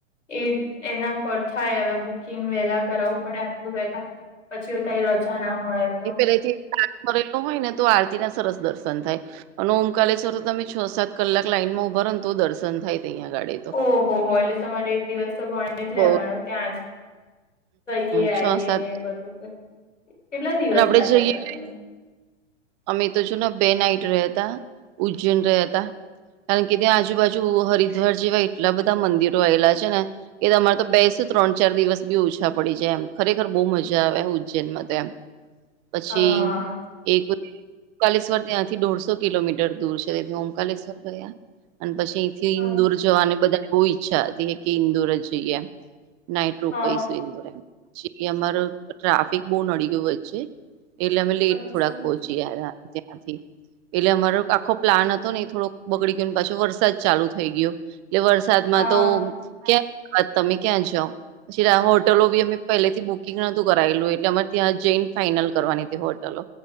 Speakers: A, on the left (about 85°); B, on the right (about 20°).
A: એ એના પર થાય હવે બુકિંગ વેલા કરાવવું પડે આટલું વેલા. પછી તઈ રજા ના મળે તો.
B: પહેલે થી <unintelligible> કરેલું હોય ને તો આરતી ના સરસ દર્શન થાય. અને ઓમકાલેશ્વર તો તમે છ સાત કલાક લાઈનમાં ઉભા રહો ને તો દર્શન થાય તહીંયા આ ગાડી તો
A: ઓહ હો હો એટલે તમારે એક દિવસ તો ગણી જ
B: બહુ
A: લેવાનો ત્યાં જ. જઈએ
B: છ
A: આઈએ
B: સાત
A: ને બધું કેટલા દિવસ
B: અને આપડે
A: લાગ્યા
B: જઈએ
A: ત તમે.
B: અમે તો છું ને બે નાઈટ રહ્યા હતા ઉજ્જૈન રહયા તા. કારણ કે ત્યાં આજુબાજુ હરિદ્વાર જેવા એટલા બધા મંદિરો આવેલા છે ને. કે તમારે તો બેશો ત્રણ ચાર દિવસ બી ઓછા પડી જાય એમ ખરેખર બહુ મજા આવે ઉજ્જૈનમાં તો એમ. પછી
A: હા
B: એક ઓમકાલેશ્વર ત્યાંથી દોઢસો કિલોમીટર દૂર છે તેથી ઓમકાલેશ્વર ગયા. અને પછી અથી
A: હા
B: ઇન્દોર જવાની બધા બહુ ઈચ્છા હતી કે ઇન્દોર જ જઈએ. નાઈટ રોકાઈ
A: હા
B: શું ઇન્દોર એમ પછી અમારો ટ્રાફિક બહુ નડી ગયો વચ્ચે એટલે અમે લેટ
A: અચ્છા
B: થોડાક પહોંચી ર ત્યાંથી. એટલે અમારો આખો પ્લાન હતો ને એ થોડો બગડી ગયો ને પાછો વરસાદ ચાલુ થઈ ગયો. એટલે વરસાદમાં
A: હા
B: તો ક્યાં વાત તમે ક્યાં જાઓ. પછી હોટલો બી અમે પહેલેથી બુકિંગ નોતું કરેલું એટલે અમારે ત્યાં જઈને ફાઈનલ કરવાની હતી હોટલો.